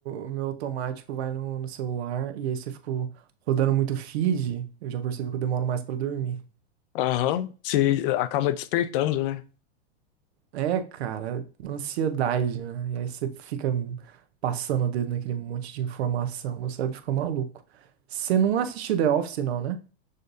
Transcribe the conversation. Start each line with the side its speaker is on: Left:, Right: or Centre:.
Right: o meu automático vai no, no celular e aí se eu fico rodando muito feed, eu já percebo que eu demoro mais pra dormir.
Left: Aham. Se acaba despertando, né?
Right: É, cara, ansiedade, né? E aí você fica passando o dedo naquele monte de informação, meu cérebro fica maluco. Você não assistiu The Office, não, né?